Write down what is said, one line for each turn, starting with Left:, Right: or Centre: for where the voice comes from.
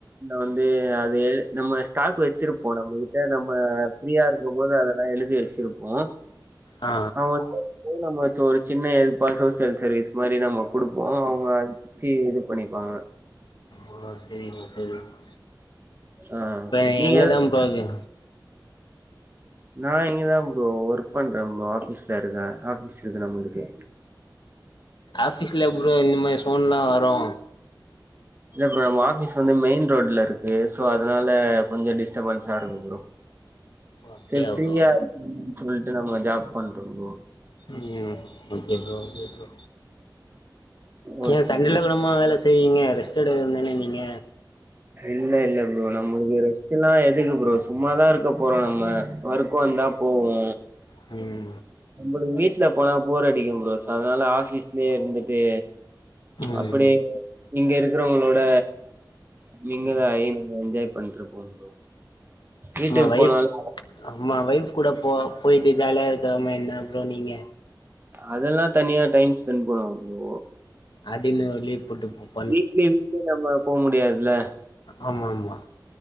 Right: வந்து அது நம்ம ஸ்டாக் வச்சிருப்போ நம்ம கிட்ட நம்ம ஃப்ரீயா அதெல்லா எழுதி வச்சிருப்போ
Left: ஆ
Right: <unintelligible> சின்ன இதுப்பா சோசியல் சர்வீஸ் மாரி நம்ம கொடுப்போ அவங்க அச்சு இது பண்ணிப்பாங்க
Left: ஓ சரி ப்ரோ சரி ப்ரோ
Right: ஆ
Left: இப்ப
Right: நீங்க
Left: எங்கதா
Right: எதா
Left: போவே
Right: நா இங்கதா ப்ரோ ஒர்க் பண்றே ப்ரோ ஆபீஸ்ல இருக்கே ஆபீஸ் இருக்கு நம்மளுக்கு
Left: ஆபிஸ்ல <unintelligible> இந்த மைரி சோன்லா வரு
Right: இல்ல நம்ம ஆஃபீஸ் வந்து மெயின் ரோட்ல இருக்கு ஸோ அதனால கொஞ்சோ டிஸ்டர்பன்ஸா இருக்கு ப்ரோ
Left: அப்டியா
Right: சரி ஃப்ரீயா
Left: ப்ரோ
Right: சொல்லிட்டு நம்ம மஜா பண்றோ ப்ரோ
Left: ம்ம் ஒகே ப்ரோ ஒகே ப்ரோ
Right: ஓகே
Left: ஏ சண்டையில
Right: ப்ரோ
Left: கூடமா வேல செய்வீங்க ரெஸ்ட் எடுக்க வேண்டியது தான நீங்க
Right: இல்ல இல்ல ப்ரோ நம்மளுக்கு ரெஸ்ட் எல்லா எதுக்கு ப்ரோ சும்மாதா இருக்க போறோ நம்ம ஒர்க்க வந்தா போவோ
Left: ம்
Right: நம்மளுக்கு வீட்டு்ல போனா போர் அடிக்கு ப்ரோ ச அதனால ஆபீஸ்லயே இருந்துட்டு
Left: ம்
Right: அப்டி இங்க இருக்கிறவங்களோட நீங்கதா
Left: ம்
Right: <unintelligible> நாங்க என்ஜாய் பண்ணிருப்போ ப்ரோ வீட்டுக்கு
Left: ஆமா ஒய்ப்
Right: போனாலு
Left: அம்மா ஒய்ப் கூட போக போயிட்டு ஜாலியா இருக்கமா என்ன ப்ரோ நீங்க
Right: அதெல்லா தனியா டைம் ஸ்பெண்ட் பண்ணுவே ப்ரோ
Left: அது இன்னோரு லீவ் போட்டுப்பே
Right: வீக்லி வீக்லி நம்ம போ முடியாதுல
Left: ஆமாமாமா